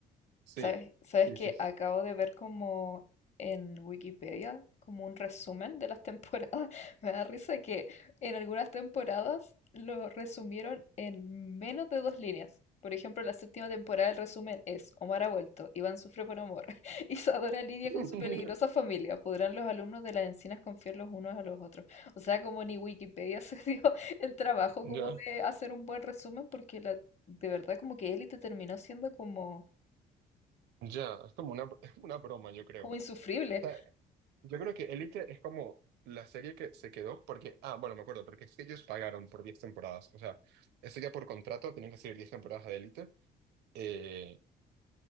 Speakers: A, on the right; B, on the left.
A: Sí,
B: ¿Sabes? ¿Sabes
A: sí,
B: que
A: sí.
B: acabo de ver como en Wikipedia, como un resumen de las temporadas? <laughs> Me da risa que en algunas temporadas lo resumieron en menos de dos líneas. Por ejemplo, la séptima temporada el resumen es Omar ha vuelto, Iván sufre por amor, <laughs> Isadora lidia
A: <laughs>
B: con su peligrosa familia, ¿podrán los alumnos de las encinas confiar los unos a los otros? O sea, como ni Wikipedia <laughs> se dio el trabajo
A: Ya,
B: como de hacer un buen resumen porque la, de verdad como que Élite terminó siendo como
A: ya, es como una, es como una broma, yo creo.
B: como
A: O
B: insufrible.
A: sea, yo creo que Elite es como la serie que se quedó porque, ah, bueno, me acuerdo, porque es que ellos pagaron por 10 temporadas. O sea, eso ya por contrato tienen que seguir 10 temporadas de Elite. eh,